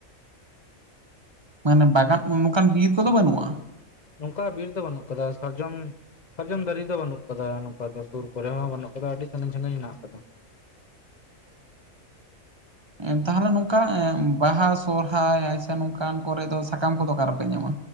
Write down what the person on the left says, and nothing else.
ᱱᱚᱝᱠᱟ ᱵᱤᱨ ᱫᱚ ᱵᱟᱱᱩᱜ ᱠᱟᱫᱟ ᱥᱟᱨᱡᱚᱢ ᱥᱟᱨᱡᱚᱢ ᱫᱟᱨᱤ ᱫᱚ ᱵᱟᱹᱱᱩᱜ ᱠᱟᱫᱟ ᱱᱚᱝᱠᱟ ᱫᱚ ᱥᱩᱨ ᱠᱚᱨᱮ ᱦᱚᱸ ᱵᱟᱱᱩᱜ ᱠᱟᱫᱟ ᱟᱹᱰᱤ ᱥᱟᱺᱜᱤᱧ ᱥᱟᱺᱜᱤᱧ ᱦᱮᱱᱟᱜ ᱟᱠᱟᱫᱟ᱾